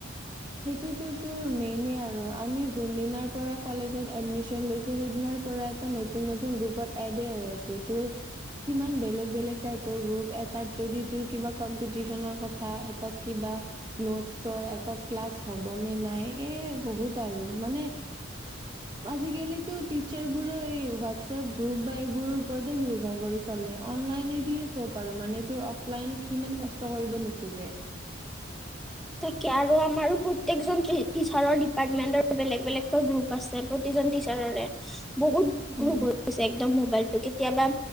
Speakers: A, on the right; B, in the centre.
A: সেইটোতো তোৰ মেইনে আৰু আমি যোন দিনাৰ পৰা কলেজত এডমিচন লৈছো সেইদিনাৰ পৰা- এটা নতুন নতুন গ্ৰুপত এডে হৈ আছো, তোৰ- কিমান বেলেগ বেলেগ টাইপৰ গ্ৰুপ এটাত যদি তোৰ কিবা কম্পিটিচনৰ কথা এটাত কিবা। নোটছৰ, এটাত ক্লাছ হ'বনে নাই। এ বহুত আৰু মানে- আজিকালিতো টিচাৰবোৰো এই হোৱাটছএপ গ্ৰুপ বা এইবোৰৰ ওপৰতে নিৰ্ভৰ কৰি- চলে, অনলাইনে দিয়ে সব আৰু মানে তোৰ অফলাইন সিমান কষ্ট কৰিব নোখোজে।
B: তাকে আৰু আমাৰো প্ৰত্যেকজন টিচাৰৰ ডিপাৰ্টমেন্টৰ বেলেগ বেলেগকৈ গ্ৰুপ- আছে প্ৰতিজন টিচাৰৰে, বহুত- গ্ৰুপ
A: উম।
B: হৈ গৈছে একদম মোবাইলটো কেতিয়াবা